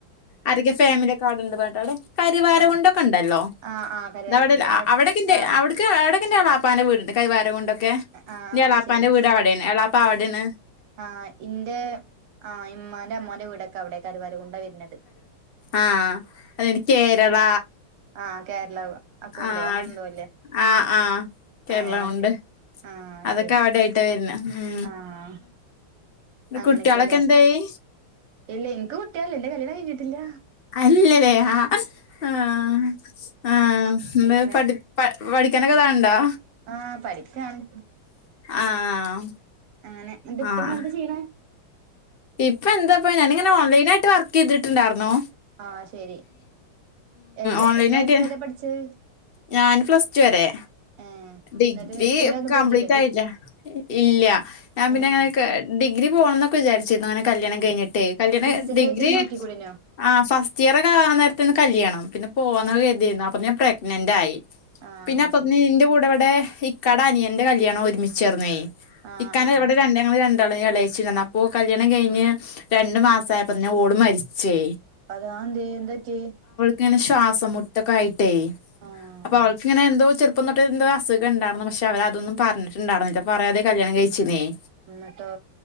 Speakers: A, on the left (about 50°); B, on the right (about 85°).
A: അവരൊക്കെ ഫാമിലിയൊക്കെ അവിടുണ്ട്. കരിവാരക്കുണ്ടൊക്കെ
B: ആഹ്
A: ഉണ്ടല്ലോ
B: ആഹ് ആഹ് കരുവാരക്കുണ്ട്
A: അത അവിടെ അവിടെക്ക
B: ആഹ്
A: അവിടൊക്കെ എൻ്റെയാളാ. എളാപ്പാന്റെ വീട്ണ്ട്. കൈരവാരകുണ്ടൊക്കെ
B: ആഹ് ആഹ്
A: എളാപ്പാന്റെ
B: ശരി
A: വീട് അവിടെയാണ് എളാപ്പ അവിടെന്ന്
B: ആ ഇന്റെ ആ ഇമ്മാന്റെ അമ്മമാന്റെ വീടൊക്കെ അവിടെ കരുവരക്കുണ്ട് വരുന്ന
A: ആഹ അ കേരള
B: ആഹ കേരള ക്കുണ്ട്
A: ആഹ്
B: ഉണ്ടോ അങ്ങനെന്തോ അല്ലേ
A: ആഹ് ആഹ് കേരള
B: ആ ഏ അതൊക്കെ
A: കൊണ്ട്
B: ആഹ്
A: അതൊക്കെ
B: ശരി
A: അവിടെയിട്ടാ വരുന്ന ഉം
B: ആഹ് അങ്ങനെയൊക്കെല്ലേ
A: കുട്ടികളൊക്കെ എന്തായി
B: ഇല്ല എനിക്ക് കുട്ടിയാള് ഇല്ലേ എന്റെ കല്യാണം കഴഞ്ഞിട്ടില്ല
A: അല്ലതേ ആഹ് ആഹ് ആഹ് എന്താ
B: അങ്ങനെ
A: പഠി പ പഠിക്കാന് ഇത് ആക്ണ്ടോ
B: ആഹ് പഠിക്കാണ്
A: ആഹ്
B: അങ്ങനെഇന്നട്ട്
A: ആഹ്
B: ഇപ്പം എന്താ ചെയ്യണ്
A: ഇപ്പൊ എന്താപ്പ ഞാന് ഇങ്ങെനെ ഓൺലൈൻ ആയിട്ട് വർക്ക് ചെയ്തിട്ടുണ്ടായിരുന്നോ
B: ആഹ് ശരി ഏത്
A: ഓൺലൈനായിട്ട്
B: നിങ്ങെള് എത്ര വരെ പഠിച്ചത്
A: ഞാൻ പ്ലസ് ടു വരെ
B: ഏഹ്
A: ഡിഗ്രി
B: എന്നിട്ട് പിന്നെ ഒന്നും
A: കംപ്ലീറ്റ്
B: പോയിട്ടില്ലേ ഡി
A: ആയില്ല ഇല്ല ഞാൻ പിന്നെ
B: ഏഹ്
A: അങ്ങനെെ ഡിഗ്രി പോകണം എന്നൊക്കെ വിചാരിച്ചിരുന്നു അങ്ങനെ കല്യാണം കഴിഞ്ഞിട്ട്
B: ആഹ്
A: ട്ട് കല്യാണം
B: ആഹ് ഡിസ്റ്റന്റ്
A: ഡിഗ്രി
B: ആയിട്ട് നോക്കിക്കൂടേനോ
A: ആ ഫസ്റ്റ് ഇയർ ഒക്കെ ആണെ നേരത്തെന്ന് കല്യാണം പിന്നെ പോകുന്നൊക്കെ കരുതിരുന്നു അപ്പൊ ഞാൻ പ്രഗ്നെന്റ് ആയി
B: ആഹ്
A: പിന്നെ അപ്പം
B: ശരി
A: ഇന്റെ കൂടെ ഇവിടെ ഇക്കടെ അനിയന്റെ കല്യാണം ഒരുമിച്ചേർന്നേ
B: ആഹ്
A: ഇക്കാന്റെ
B: ആഹ്
A: ഇവിടെ രണ്ട് ഞങ്ങള് രണ്ട് ള ഇളയിച്ചിണ്ടന്ന അപ്പൊ കല്യാണം കഴിഞ്ഞ് രണ്ടു മാസം ആയപ്പോ തന്നെ ഓള് മരിച്ചേ
B: അതാ അയ് എന്തോ എന്ത് പറ്റി
A: ഇങ്ങനെ ശ്വാസം മുട്ടൊക്കെ ആയിട്ടേ
B: ആഹ്
A: അപ്പൊ അവൾക്കിങ്ങനെന്തോ ചെറുപ്പം തൊട്ട എന്തോ അുഖം ഉണ്ടായിരുന്നു പക്ഷെ അവരതൊന്ന പറഞ്ഞിട്ടുണ്ടായിരുന്നില്ല പറയാതെ കല്യാണം കഴിച്ചിനേയ്
B: എന്നിട്ടോ